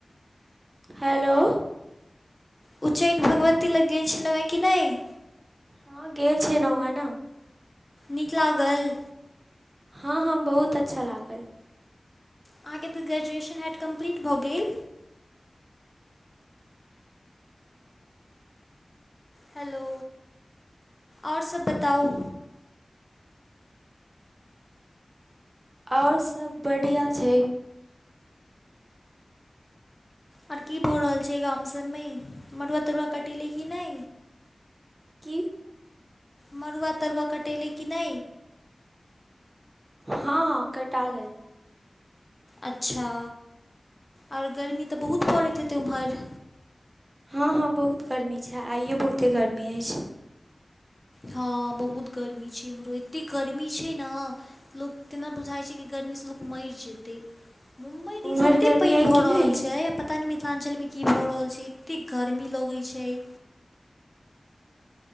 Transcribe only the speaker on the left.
उच्चैठ भगवती लग गेल छेलौेए की नैय?
नीक लागल?
आहाँके तऽ ग्रेजुएशन हेएत कम्प्लीट भऽ गेल? हेलो और सब बताउ?
और की भऽ रहल छै गाम सबमे मड़ुआ तरुआ कटेलै की नै?
मड़ुआ तरुआ कटेलै की नै।
अच्छा और गर्मी त बहुत पड़ैत हेतै ओम्हर।
हँ बहुत गर्मी छैय इम्हरो एते गर्मी छैय ना लोक तेना बुझाइ छैय कि गर्मी से लोक मइर जेतै। मुम्बई दिस
एते
पाइन
भऽ
रहल
छैय पता नै मिथिलाञ्चलमे की भऽ रहल छैय एतेक गर्मी लगै छैय।